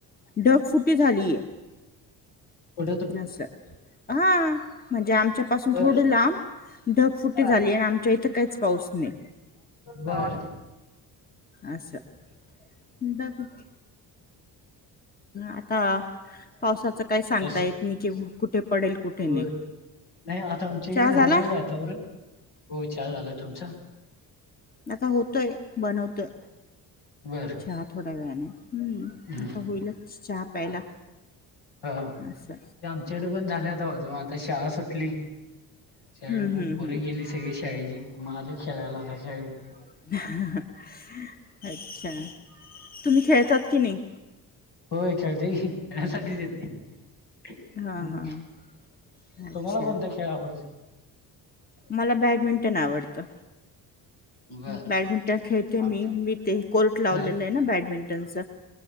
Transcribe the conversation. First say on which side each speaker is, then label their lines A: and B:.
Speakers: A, on the left; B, on the left.
A: ढगफुटी झालीये
B: हो <unintelligible>
A: अस हा म्हणजे आमच्या पाासून
B: बर
A: थोडं लांब ढगफुटी
B: बर
A: झाली आणि आमच्या इथं काहीच पाऊस नाही
B: बर <unintelligible>
A: अस <unintelligible> आता पावसाचं काय सांगता
B: आता श-
A: येत नाही केिव कुठे
B: होय
A: नाही
B: नाही आता आमच्या इकडे
A: चहा
B: झालेय
A: झाला
B: वातावरण हो चहा झाला तुमचा?
A: आता होतोय बनवतोय
B: बर
A: चहा थोड्या वेळाने हम्म
B: हम्म,
A: आता
B: हम्म.
A: होईलच चहा
B: <inaudible>
A: प्यायला
B: हा ते
A: असं
B: आमच्याकडे पण झाल्यात तवा जवा आता शाळा सुटली
A: हम्म
B: शाळेू
A: हम्म
B: <unintelligible> पोर
A: हम्म
B: गेली सगळी शाळेची म आलूय खेळायला शाळे <inaudible>
A: <inaudible> अच्छा तुम्ही खेळतात कि नाही?
B: होय खळतोय कि <inaudible> येते <unintelligible>
A: हा हा हा
B: <inaudible> तुम्हाला
A: अच्छा
B: कोणता खेळ आवडतोय?
A: मला बॅडमिंटन आवडतं
B: बर
A: बॅडमिंटन खेळते
B: आप
A: मी- मी ते कोर्ट लावलेले
B: हा.
A: ना बॅडमिंटनच